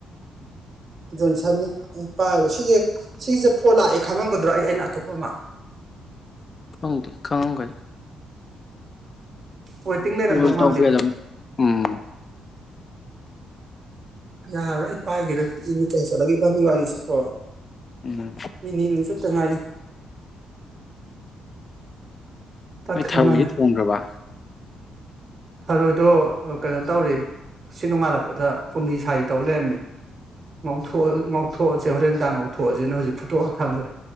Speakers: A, on the right; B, on the left.
A: ꯖꯣꯟꯁꯟꯅꯤ ꯑꯩ ꯄꯥꯏ ꯁꯤꯁꯦ ꯁꯤꯁꯦ ꯐꯣꯟ ꯂꯥꯛꯑꯦ ꯈꯪꯉꯝꯒꯗ꯭ꯔꯣ ꯑꯩ ꯑꯩꯅ ꯑꯇꯣꯞꯄ ꯑꯃ
B: ꯎꯣꯡꯗꯤ ꯈꯪꯉꯝꯒꯅꯤ
A: ꯍꯣꯏ ꯇꯤꯡ ꯂꯩꯔꯝꯗꯧ
B: ꯀꯣꯜ
A: ꯃꯥꯟꯗꯦꯗ
B: ꯇꯧꯕ ꯌꯥꯗꯕꯅꯤ ꯎꯝ
A: ꯌꯥꯔ ꯑꯩ ꯄꯥꯏꯒꯦꯗ ꯏ ꯀꯂꯒꯦ ꯒꯒꯥꯁꯤꯦ ꯄ
B: ꯎꯝ
A: ꯃꯤꯅꯤꯅꯤ ꯆ ꯆꯇ ꯉꯥꯂꯤ ꯇꯠ
B: ꯅꯣꯏ
A: ꯈꯃꯜ
B: ꯊꯔꯣꯏꯗꯤ ꯊꯣꯡꯒ꯭ꯔꯕ
A: ꯊꯔ ꯑꯗꯣ ꯀꯩꯅꯣ ꯇꯧꯔꯤ ꯑꯁꯤ ꯅꯣꯡꯉꯥꯜꯂꯛꯄꯗ ꯄꯨꯨꯝꯔꯤ ꯁꯔꯤ ꯇꯧ ꯂꯩꯔꯝꯃꯤ ꯉꯧꯊꯣꯛꯑ ꯊꯣꯛꯣꯑꯁꯦ ꯍꯣꯔꯦꯟꯗꯥꯉꯧꯊꯣꯑꯦ ꯑꯗꯨꯖꯤꯅ ꯍꯧꯖꯤꯛ ꯐꯨꯇꯣ ꯍꯥ ꯊꯥꯡꯕ꯭ꯔꯦ